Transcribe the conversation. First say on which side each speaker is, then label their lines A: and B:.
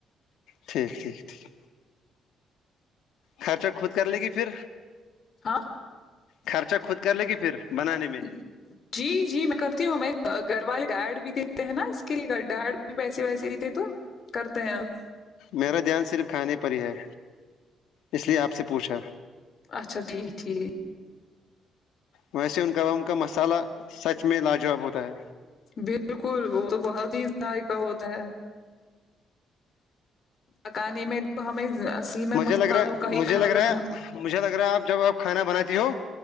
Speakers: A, on the left (about 80°); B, on the left (about 50°).
A: ٹھیک ٹھیک ٹھیک خرچہ خود کر لے گی پھر
B: ہاں
A: خرچہ خود کر لے گی پھر بنانے میں
B: <unintelligible> جی جی میں کرتی ہوں ہم گھر والے ڈائڑ بھی دیتے ہیں نا اس کے لیے گ ڈڑ بھی پیسے ویسے دیتے تو کرتے ہیں ہم
A: میرا جان صرف کھانے پر ہی ہے اس لیے آپ سے پوچھا
B: اچھا ٹھیک ٹھیک
A: ویسے ان کام کا مساللہ سچ میں لا جواب ہوتا ہے
B: بالکل وہ تو بہت ہی ذائقہ ہوتا ہے پکانے میں تو ہمیں اصل میں مصالحوں
A: مجھے لگ رہا
B: کا ہی
A: مجھے
B: خیال
A: لگ
B: رکھنا
A: رہا ہے مجھے لگ رہا ہے آپ جب آپ کھانا بناتی ہو